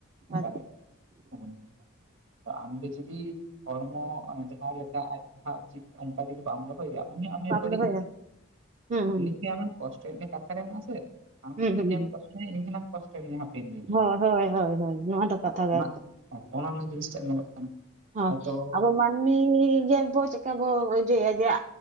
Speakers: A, on the right; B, on the right.
A: ᱮᱠᱟᱞ᱾
B: ᱟᱨ,
A: <unintelligible> ᱟᱢᱜᱮ ᱡᱩᱫᱤ ᱦᱚᱲᱢᱚ ᱡᱟᱦᱟ ᱞᱮᱠᱟ ᱟᱡ ᱯᱟᱲᱦᱟᱜ ᱩᱪᱤᱛ ᱚᱱᱠᱟ ᱡᱩᱫᱤ ᱵᱟᱢ ᱨᱚᱲ ᱦᱳᱭᱭᱟ ᱩᱱᱤᱟᱜ ᱟᱢᱮ
B: ᱵᱟᱢ
A: ᱵᱟᱹᱲᱤᱡ
B: ᱫᱚᱦᱚᱭᱟ ᱦᱩᱸ ᱦᱩᱸ
A: ᱩᱱᱤᱜᱮ ᱟᱢ ᱠᱚᱥᱴᱚᱭ ᱠᱟᱛᱷᱟ ᱨᱮ ᱢᱮᱱᱟᱜ ᱟᱥᱮ ᱟᱢ
B: ᱦᱩᱸ
A: ᱡᱩᱫᱤ
B: ᱦᱩᱸ
A: ᱤᱧ
B: ᱦᱩᱸ
A: ᱮᱢ ᱠᱚᱥᱴᱚᱧᱟ ᱤᱧ ᱦᱳᱞᱟᱝ ᱠᱚᱥᱴᱚᱭ ᱢᱮᱭᱟ ᱦᱟᱯᱮᱱ ᱫᱤᱱ
B: ᱦᱳᱭ
A: ᱨᱮ
B: ᱦᱳᱭ ᱦᱳᱭ ᱦᱳᱭ ᱱᱚᱣᱟ ᱫᱚ, ᱠᱟᱛᱷᱟ
A: ᱟᱫᱚ
B: ᱜᱮ
A: ᱚᱱᱟ
B: ᱮᱠᱫᱚᱢ
A: ᱚᱱᱟ ᱱᱟ ᱡᱤᱱᱤᱥ ᱴᱟᱜ ᱧᱮᱞᱚᱜ ᱠᱟᱱᱟ,
B: ᱦᱚᱸ
A: ᱦᱚᱭᱛᱚ
B: ᱟᱵᱚ ᱢᱟᱹᱱᱢᱤ ᱜᱮ ᱵᱚ ᱪᱮᱠᱟ ᱵᱚ ᱤᱡᱮ ᱡᱮ ᱭᱟ